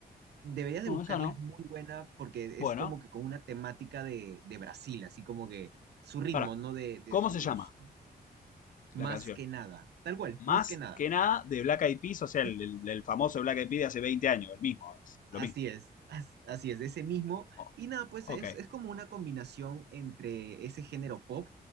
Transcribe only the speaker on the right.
Deberías
de buscarla,
es muy buena porque
es como que con una temática de, de Brasil, así como que su ritmo,
¿no? De, de
sus...
Más
que nada, tal cual,
más que nada.
Sí,
así
es, as- así es, de ese mismo.
Y nada, pues
es, es como una combinación entre ese género pop